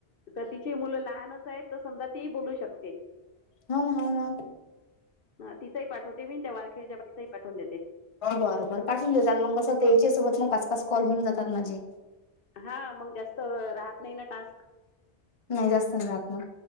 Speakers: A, on the left; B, on the left.
A: त तिची मुलं लहानच, आहेत त समजा ती बोलू शकते.
B: हं हा ना.
A: ह तिचही पाठवते मीन त्या वारखेडच्या बाईचही पाठवून देते.
B: बरं बर पासून देजा न मंग कसं त्या ईचे सोबत मग पाच, पाच कॉल होऊन जातात माझे.
A: हा मग जास्त राहत नाही ना टास्क.
B: नाही जास्त नाही राहत म